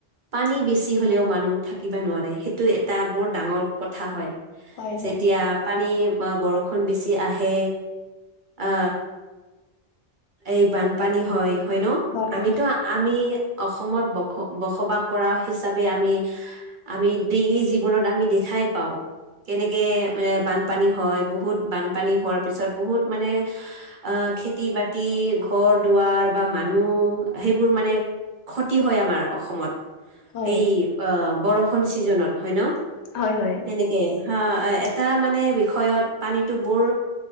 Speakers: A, on the right; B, on the left.
A: পানী বেছি হলেও মানুহ থাকিব নোৱাৰে সেইটো। এটা বৰ ডাঙৰ কথা হয়
B: হয় হয়
A: যেতিয়া পানী। বা বৰষুণ বেছি আহে অ। এই বানপানী হয় হয় ন
B: হয়
A: আমিতো আমি। অসমত বস বসবাস কৰা হিচাপে আমি আমি ডেইলি। জীৱনত আমি দেখাই পাওঁ। কেনেকে এ বানপানী হয় বহুত বানপানী হোৱাৰ পিছত বহুত মানে অ। খেতি বাতি ঘৰ দুৱাৰ বা মানুহ সেইবোৰ মানে। ক্ষতি হয় আমাৰ অসমত।
B: হয়
A: এই অ বৰষুণ চিজনত হয় ন
B: হয় হয়
A: তেনেকে। অ এটা মানে বিষয়ত পানীতটো বৰ।